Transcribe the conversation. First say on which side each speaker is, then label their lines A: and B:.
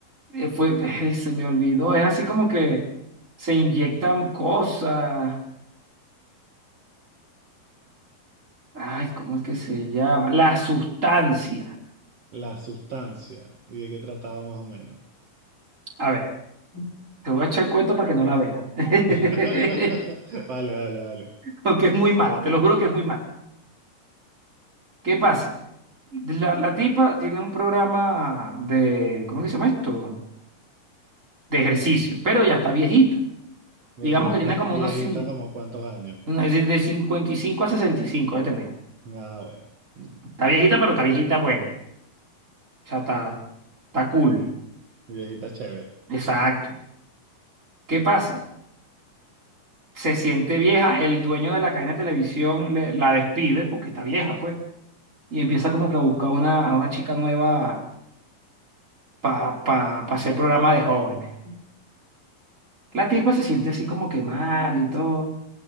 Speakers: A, on the right; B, on the right.
A: eh, Fue, <laughs> se me olvidó. Es así como que se inyectan cosas. Ay, ¿cómo es que se llama? La sustancia.
B: La sustancia. ¿Y de qué trataba más o menos?
A: A ver, te voy a echar el cuento para que no la veas. <laughs>
B: <laughs> Vale, vale, vale.
A: Porque es muy mala, te lo juro que es muy mala. ¿Qué pasa? La, la tipa tiene un programa de, ¿cómo que se llama esto? De ejercicio, pero ya está viejita.
B: Bueno,
A: Digamos
B: Como
A: que tiene
B: cuánto-
A: como
B: viejita,
A: unos cin-
B: como cuántos años.
A: una- de 55 a 65 de tener.
B: Ah, bueno. Mm.
A: Está viejita, pero está viejita bueno. O sea, está, está cool.
B: Viejita chévere.
A: Exacto. ¿Qué pasa? Se siente vieja, el dueño de la cadena de televisión le- la despide porque está vieja, pues. Y empieza como que a buscar una, a una chica nueva para pa, pa pa hacer programa de jóvenes. La tipa se siente así como que mal y todo.